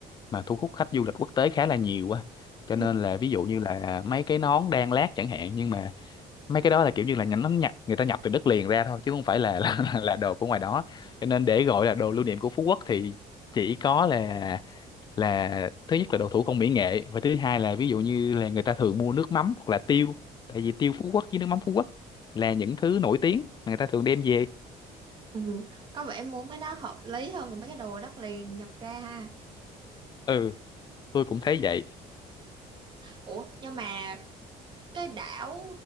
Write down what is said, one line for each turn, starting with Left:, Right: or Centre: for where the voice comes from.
Left: mà thu hút khách du lịch quốc tế khá là nhiều quá cho
Right: Ừ.
Left: nên là ví dụ như là mấy cái nón đan lát chẳng hạn nhưng mà mấy cái đó là kiểu như là nhánh nó nhập người ta nhập từ đất liền ra thôi chứ không phải là <laughs> là, là đồ của ngoài đó cho nên để gọi là đồ lưu niệm của Phú Quốc thì chỉ có là là thứ nhất là đậu thủ công mỹ nghệ và thứ hai là ví dụ như là người ta thường mua nước mắm hoặc là tiêu tại vì tiêu Phú Quốc với nước mắm Phú Quốc là những thứ nổi tiếng mà người ta thường đem về
Right: ừ. Có vẻ muốn cái đó hợp lý hơn là mấy cái đồ đất liền nhập ra ha.
Left: ừ tôi cũng thấy vậy
Right: Ủa, nhưng mà cái đảo